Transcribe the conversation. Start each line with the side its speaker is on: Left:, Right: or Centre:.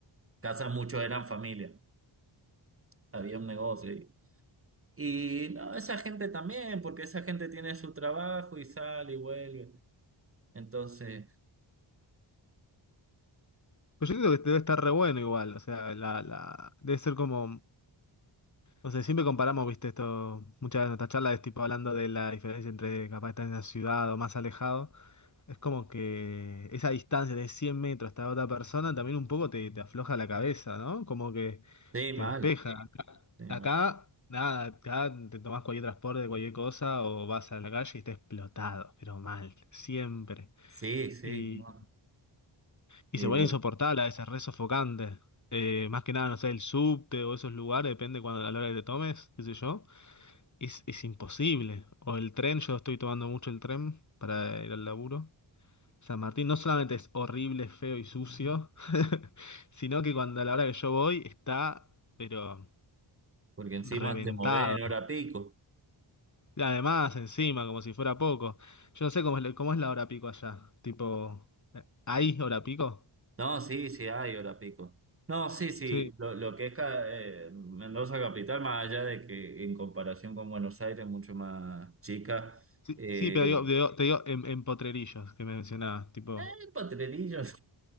Right: casas, muchos eran familia, había un negocio. Y, y, no, esa gente también, porque esa gente tiene su trabajo y sale y vuelve. Entonces,
Left: Pues yo creo que debe estar re bueno igual. O sea, la, la, debe ser como. No sé, siempre comparamos, viste, esto. Muchas de nuestras charlas es tipo hablando de la diferencia entre capaz estar en la ciudad o más alejado. Es como que esa distancia de 100 metros hasta otra persona también un poco te, te afloja la cabeza, ¿no? Como que
Right: sí,
Left: te
Right: mal,
Left: despeja.
Right: sí,
Left: Acá,
Right: mal.
Left: nada, acá te tomás cualquier transporte, cualquier cosa o vas a la calle y estás explotado, pero mal, siempre.
Right: Sí, sí,
Left: Y
Right: no,
Left: Y
Right: sí,
Left: se vuelve
Right: bueno,
Left: insoportable, a veces re sofocante. Eh, más que nada, no sé, el subte o esos lugares, depende cuando, a la hora que te tomes, qué sé yo. Es, es imposible. O el tren, yo estoy tomando mucho el tren para ir al laburo. San Martín no solamente es horrible, feo y sucio, <laughs> sino que cuando a la hora que yo voy está, pero
Right: porque encima
Left: reventado.
Right: te mueves en hora pico.
Left: Y además, encima, como si fuera poco. Yo no sé cómo es, la- cómo es la hora pico allá. Tipo, eh, ¿hay hora pico?
Right: No, sí, sí, hay hora pico. No, sí, sí,
Left: sí
Right: lo, lo que es ca- eh, Mendoza capital, más allá de que en comparación con Buenos Aires, mucho más chica,
Left: Sí,
Right: eh,
Left: sí, pero digo- digo- te digo en, en Potrerillos que me mencionabas, tipo.
Right: hay potrerillos <laughs>